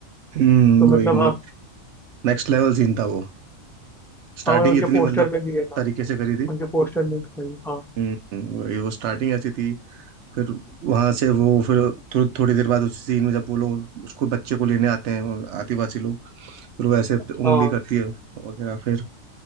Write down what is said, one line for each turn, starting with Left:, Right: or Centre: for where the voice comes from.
Right: हम्म
Centre: तो
Right: वही
Centre: मतलब
Right: मतलब
Centre: हाँ
Right: नेक्स्ट लेवल सीन था वो स्टार्टिंग
Centre: हाँ मतलब उनके
Right: इतनी
Centre: पोस्टर
Right: मतलब
Centre: में भी है था
Right: तरीके से करी थी
Centre: उनके पोस्टर में भी था ये। हाँ
Right: हम्म वही वो स्टार्टिंग ऐसी थी फिर वहाँ से वो फिर थो, थोड़ी देर बाद उसी सीन में जब वो लोग उसको बच्चे को लेने आते हैं वो आदिवासी लोग फिर वो ऐसे उंगली
Centre: हाँ
Right: करती है वगैरह फिर